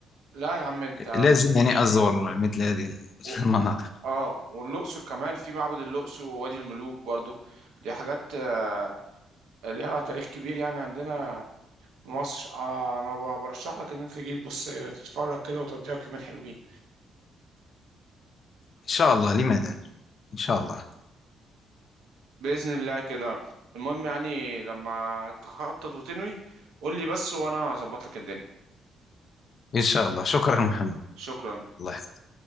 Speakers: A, on the right; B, on the left.
A: لا يا عم أنت
B: لازم يعني أزور مثل هذه
A: و-
B: المناطق
A: آه والأقصر كمان في معبد الأقصر ووادي الملوك برضو دي حاجات آه، ليها تاريخ كبير يعني عندنا في مصر آه انا ب- برشح لك ان انت تجي تبص تتفرج كده وتضيعك يومين حلوين
B: إن شاء الله لماذا لا؟ إن شاء الله
A: باذن الله كده المهم يعني لما تخطط وتنوي قول لي بس وانا هظبط لك الدنيا
B: إن شاء الله شكرا محمد
A: شكرا
B: الله يحفظك.